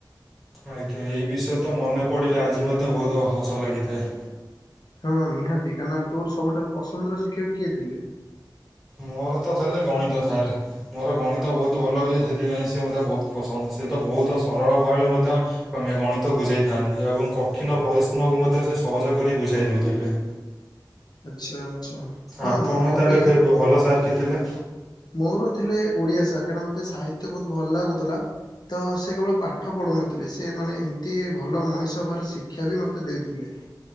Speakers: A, in the centre; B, on the left.
A: ଆଜ୍ଞା। ଏଇ ବିଷୟ ତ ମନେ ପଡିଲେ ଆଜି ମଧ୍ୟ ବହୁତ ହସ ଲାଗିଥାଏ।
B: ହଁ ନିହାତି। କାହିଁକନା ତୋର ସବୁଠାରୁ ପସନ୍ଦର ଶିକ୍ଷକ କିଏ ଥିଲେ?
A: ମୋର ତ ଥିଲେ ଗଣିତ ସାର। ମୋର ଗଣିତ ବହୁତ ଭଲ ହୁଏ ସେଥିପାଇଁ ସେ ମୋତେ ବହୁତ ପସନ୍ଦ। ସେ ତ ବହୁତ ସରଳ ଭାବରେ ମଧ୍ୟେ ଗଣିତ ବୁଝାଇଥାନ୍ତି। ଏବଂ କଠିନ ପରିଶ୍ରମକୁ ମଧ୍ୟ ସେ ସହଜ କରି ବୁଝାଇ ଦଉଥିଲେ।
B: ଆଚ୍ଛା ଆଚ୍ଛା। ହଁ
A: ଆପଣ
B: ମୋର
A: ତାହେଲେ
B: ବି
A: ଫେ- ଭଲ ସାର୍ କିଏ ଥିଲେ?
B: ମୋର ଥିଲେ ଓଡିଆ ସାର୍। କାହିଁକନା ମୋତେ ସାହିତ୍ୟ ବହୁତ ଭଲ ଲାଗୁଥିଲା। ତ ସେ କେବଳ ପାଠ ପଢ଼ଉନଥିଲେ ସେ ମାନେ ଏମିତି ଭଲ ମଣିଷ ହେବାର ଶିକ୍ଷା ବି ମୋତେ ଦେଇଥିଲେ। <inaudible>